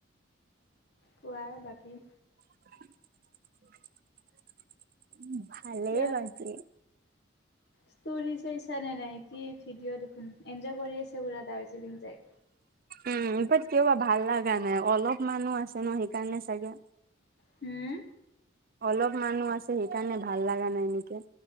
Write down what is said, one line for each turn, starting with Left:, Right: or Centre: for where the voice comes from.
Left: কোৱা বাকী?
Right: <unintelligible> ভালেই
Left: <unintelligible>
Right: বাকী।
Left: ষ্টৰি চাইছা নে নাই? কি ভিডিঅ' দেখোন, এনজয় কৰি আছে পুৰা দাৰ্জিলিং যায়।
Right: উম বাট কিবা ভাল লগা নাই, অলপমানো আছে ন সেইকাৰণে চাগে।
Left: হুম
Right: অলপ মানুহ আছে সেইকাৰণে ভাল লগা নাই নেকি?